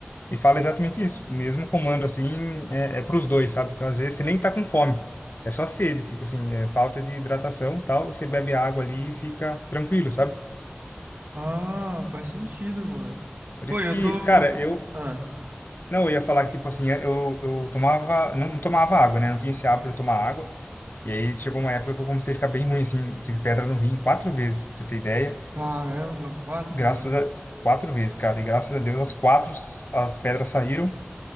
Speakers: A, on the left (about 55°); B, on the right (about 55°).
A: E fala exatamente isso. O mesmo comando, assim, é, é pros dois, sabe? Então, às vezes, você nem tá com fome. É só sede, tipo assim, é falta de hidratação e tal. E você bebe água ali e fica tranquilo, sabe?
B: Ah, faz sentido, mano.
A: Por
B: Pô,
A: isso
B: eu
A: que,
B: tô.
A: cara, eu.
B: Ah,
A: Não, eu ia falar que, tipo assim, eu, eu tomava. Não, não tomava água, né? Não tinha esse hábito de tomar água. E aí chegou uma época que eu comecei a ficar bem ruim, assim. Tive pedra no rim quatro vezes, pra você ter ideia.
B: caramba, quatro,
A: Graças
B: mano.
A: a... Quatro vezes, cara. E graças a Deus as quatro, s- as pedras saíram.